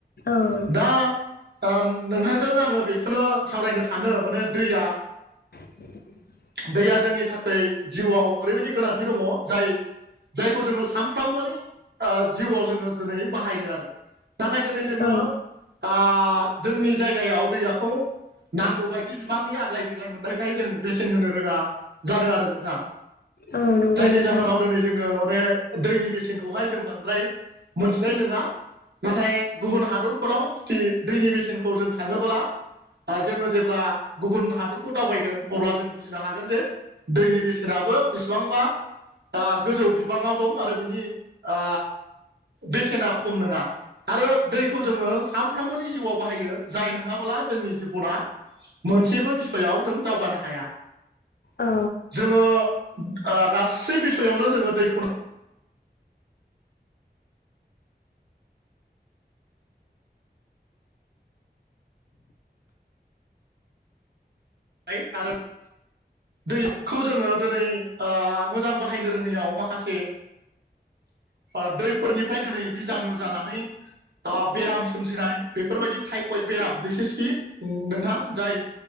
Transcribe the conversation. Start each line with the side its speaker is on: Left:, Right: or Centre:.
Left: औ औ
Right: दा ओ नोंथांजों आङो बेखौनो सावरायनो सानो माने दैया
Left: <unintelligible>
Right: दैया जोंनि थाखाय जिउआव ओरैबायदि गोनांथि दङ जाय जायखौ जोङो सानफ्रामबोनि ओ जिउआव जोङो दिनै बाहायो आरो। नाथाय दिनै जोङो
Left: औ
Right: ओ जोंनि जायगायाव दैयाखौ नांगौ बायदि बिबांनि आग्लाय बिग्लाय मोननायखाय जों बेसेन होनो रोङा जादों आरो नोंथां।
Left: औ नंगौ
Right: जायनि
Left: नोंथां
Right: जाहोनाव दिनै जोङो माने दैनि बेसेनखौहाय जों बांद्राय मोनथिनाय नङा। नाथाय गुबुन हादरफोराव दि दैनि बेसेनखौ जों थाङोबोला आ जोङो जेब्ला गुबुन हादोरखौ दावबायगोन अब्ला जों बुजिनो हागोन जे दैनि बेसेनाबो बेसेबांबा आ गोजौ बिबाङाव दं आरो बिनि आ बेसेना खम नोङा। आरो दैखौ जोङो सानफ्रोमबोनि जिउआव बाहायो जाय नङाबोला जोंनि जिबना मोनसेबो बिसयआव दों दावगानो हाया।
Left: औ
Right: जोङो ओ गासै बिसयआवनो जोङो दैखौ ना आय आरो दैखौ जोङो दिनै आ मोजां बाहायनो रोङियाव माखासे आ दैफोरनिफ्राय दिनै बिजानु जानानै आ बेराम सोमजिनाय बेफोरबायदि टाइफयद बेराम बिसेसखि नोंथां जाय